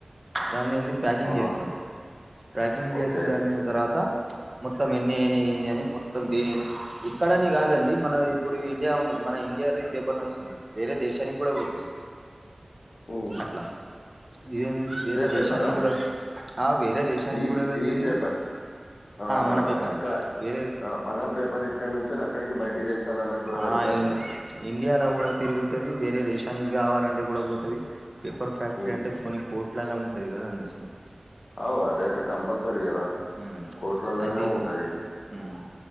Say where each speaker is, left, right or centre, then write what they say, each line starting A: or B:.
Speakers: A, on the right; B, on the left.
A: దాన్ని ఏంది ప్యాకింగ్
B: ఆ,
A: చేస్తారు ప్యాకింగ్
B: ఓకే
A: చేసి దాన్ని తర్వాత మొత్తం ఎన్ని అయినాయి ఏంది అని మొత్తం దీని ఇక్కడని కాదండి మన ఇప్పుడు ఇండియా మన ఇండియాలో ఈ పేపర్ వస్తుంది వేరే దేశానికి కూడా పోతది
B: హ్మ్
A: అట్లా ఇదే వేరే
B: పేపరా
A: దేశానికి కూడా ఆ వేరే దేశానికి
B: ఈ
A: కూడా వెళ్తది
B: ఈ పేపర్ ఆ
A: మన పేపరే
B: ఇక్కడ
A: వేరే
B: మన పేపర్ ఇక్కడ నుంచెలి అక్కడికి బయట దేశ లలోకి కూడా
A: ఆ
B: వెళ్తాయి అన్నట్టు
A: ఇండియాలో కూడా తిరుగుతది వేరే దేశానికి కావాలంటే కూడా పోతది పేపర్ ఫ్యాక్టరీ
B: ఉమ్.
A: అంటే అది కొన్ని కోట్లలో ఉంటది కదా అనిపిచింది
B: అవు అదైతే కంపల్సరీ కదా
A: ఉమ్
B: కోట్లలోనే
A: అయితే
B: ఉంటది
A: ఉమ్